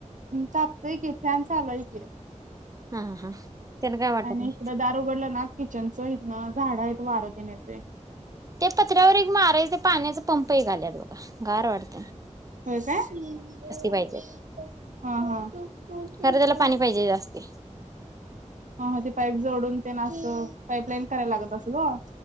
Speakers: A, on the right; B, on the right.
A: अ तापतोय की फॅन चालू हाय की.
B: हा हा त्यान काय वाटत
A: आणि
B: नाही.
A: इकडं दार उघडल ना किचनचं हितंन झाड आहेत वारतेन येतय.
B: ते पत्र्यावर एक मारायच पाण्याच पंप एक आल्यात बघा गार वाटत
A: होय काय?
B: पाहिजे
A: ह
B: खरं
A: ह
B: त्याला पाणी पाहिजे जास्ती
A: ह ह ते पाईप जोडून तेन असं पाईपलाईन करायला लागत असल ओ